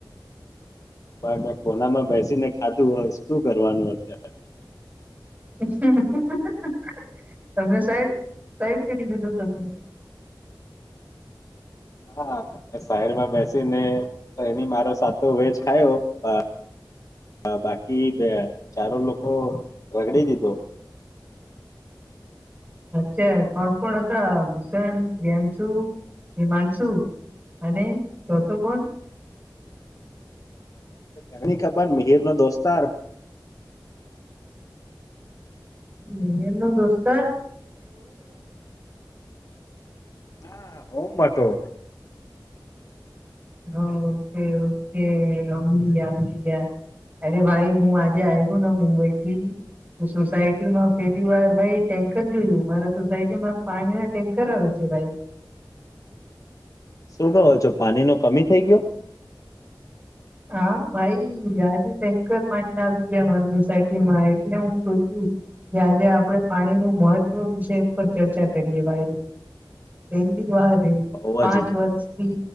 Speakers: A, on the left; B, on the right.
A: મે કોનામાં બેસી ને ખાધું હો શું કરવાનું અત્યારે?
B: <unintelligible> તમે સાઈડ સાઈડ કરી દીધું તમને
A: હા. સાઈડમાં બેસી ને મારો સાતો વેજ ખાયો હ બાકી બે ચારો લોકો રગડી દીધો
B: અચ્છા. કોણ કોણ હતા? ભીષણ, પ્રિયાંશુ, હિમાંશુ. અને ચોથો કોણ?
A: તમને ની ખબર મિહિર નો દોસ્તાર.
B: મિહિરનો દોસ્તાર
A: <unintelligible>
B: હા. ઓકે ઓકે સમજી ગયા સમજી ગયા અરે ભાઈ હું જે આવ્યું ને મુંબઈ થી સોસાયટી ન પેલી વાર ભાઈ ટેન્કર જોયું મારા સોસાયટીમાં પાણી ના ટેન્કર આવે છે ભાઈ.
A: શું કહો છો પાણી નો કમી થઈ ગયો?
B: હા ભાઈ આજે ટેન્કર પાણી ના આવી ગયા મારા સોસાયટીમાં એટલે હું સોચું કે આજે આપડે પાણી નું મહત્વ વિષય પર ચર્ચા કરીએ ભાઈ. પહેલી વાર
A: બઉ
B: પાંચ
A: જ
B: વર્ષથી